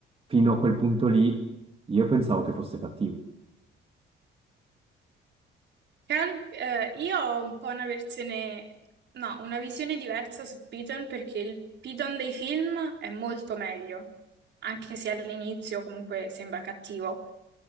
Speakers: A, on the right; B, on the right.
A: fino a quel punto lì, io pensavo che fosse cattivo.
B: Cal- eh, io ho un po' una versione, no, una visione diversa su Piton perché il Piton dei film è molto meglio, anche se all'inizio comunque sembra cattivo,